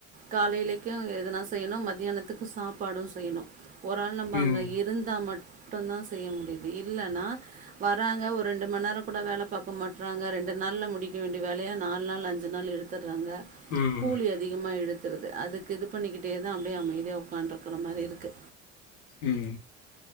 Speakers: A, on the right; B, on the left.
A: காலையிலைக்கு எதுனா செய்யணு மத்தியானத்துக்கு சாப் பாடு செய்ணு ஒரு ஆள் நம்ப
B: ம்.
A: அங்க இருந்தா மட் மட்டுந்தா செய்ய முடியுது இல்லன்னா வராங்க ஒரு ரெண்டு மணி நேர கூட வேல பாக்க மாட்றாங்க ரெண் ரெண்டு நாள்ல முடிக்க வேண்டிய வேலைய நாலு நாள் அஞ்சு நாள் எடுத்துடுறாங்க
B: ம்.
A: கூலி அதிகமாயிடு அதுக்கு இது பண்ணிக்கிட்டே தா அப்டி அமைதியா ஒக்கான்று இருக்க மாரி இருக்கு
B: ம்